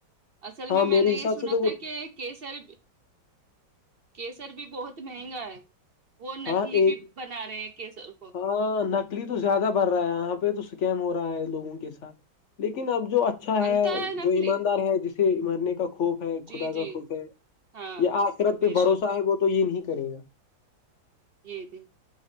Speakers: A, on the right; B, on the left.
A: اصل
B: ہاں
A: میں
B: میرے
A: میں نے
B: حساب
A: یہ سنا
B: سے تو وہ
A: تھا کہ ایک کیسر کیسر بھی بہت مہنگا ہے وہ نکلی
B: ہاں ایک
A: بھی بنا رہے ہیں کیسر کو
B: ہاں نکلی تو زیادہ بڑ رہا ہے یہاں پہ تو اسکیم ہو رہا ہے لوگوں کے ساتھ لیکن اب جو اچھا
A: بنتا
B: ہے جو
A: نکلی
B: ایماندار ہے جسے مرنے کا خوف ہے
A: جی
B: خدا
A: جی
B: کا خوف ہے
A: ہاں
B: یہ آثرت
A: بے
B: پہ بھروسہ
A: شک
B: ہے وہ تو یہ نہیں کرے گا
A: جی جی